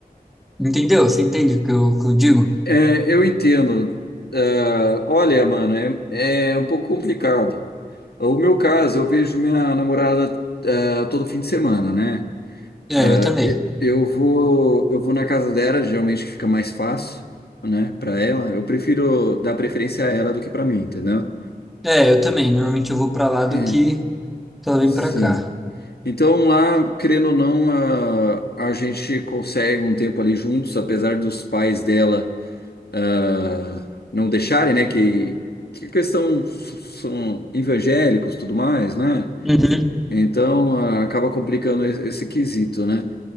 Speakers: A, in the centre; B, on the left.
A: entendeu? Você entende o que eu, o que eu digo?
B: É, eu entendo. Ah, olha, mano, é, é um pouco complicado. O meu caso, eu vejo minha namorada, ah, todo fim de semana, né?
A: É,
B: Ah,
A: eu também.
B: e- eu vou, eu vou na casa dela, geralmente fica mais fácil, né, para ela. Eu prefiro dar preferência a ela do que para mim, entendeu?
A: É, eu também. Normalmente eu vou pra lá do
B: É,
A: que eu venho
B: sim.
A: pra cá.
B: Então lá, querendo ou não, a, a gente consegue um tempo ali juntos, apesar dos pais dela. ah, não deixarem, né, que, que questão s- são evangélicos, e tudo mais, né?
A: Uhum,
B: Então ah, acaba complicando es- esse quesito, né?